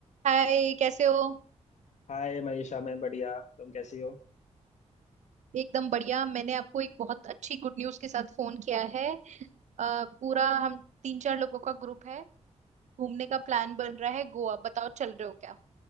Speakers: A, on the right; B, on the left.
A: हाय कैसे हो
B: हाय मनीषा मैं बढ़िया तुम कैसी हो
A: एकदम बढ़िया मैंने आपको एक बहुत अच्छी गुड न्यूज़ के साथ फोन किया है अ, पूरा हम तीन चार लोगों का ग्रुप है घूमने का प्लान बन रहा है गोवा बताओ चल रहे हो क्या